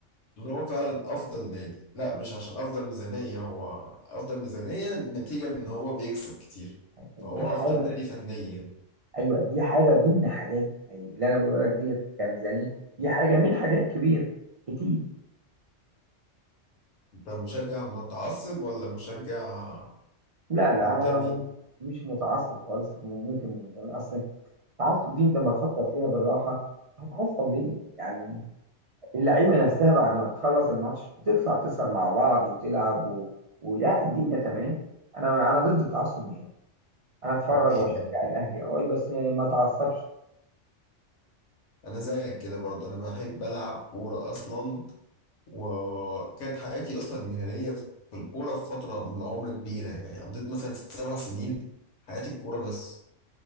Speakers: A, on the left; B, on the right.
A: ان هو فعلا افضل نادي لا مش عشان افضل ميزانية هو افضل ميزانية نتيجة ان هو بيكسب كتير
B: دي
A: فهو
B: حاجة
A: افضل نادي فنيا
B: أيوة دي حاجة ضمن حاجات يعني اللي أنا بقول لك ديت كميزانية دي حاجة من حاجات كبيرة كتير
A: انت مشجع متعصب ولا مشجع
B: لا لا
A: منتمي
B: أنا ما ما- مش متعصب خالص م- ممكن منتمي أصلا التعصب دي أنت لما تفكر فيها بالراحة هتعصب ليه؟ يعني اللعيبة نفسها بعد ما بتخلص الماتش بتطلع تسهر مع بعض وتلعب و... ولا الدنيا تمام أنا أنا ضد التعصب نهائي أنا أتفرج
A: جميل
B: وأشجع الأهلي أه بس ما أتعصبش
A: انا زيك كده برضه انا بحب العب كورة اصلا وكانت حياتي اصلا مهنية في الكورة في فترة من العمر كبيرة يعني قضيت مثلا ست سبع سنين حياتي الكورة بس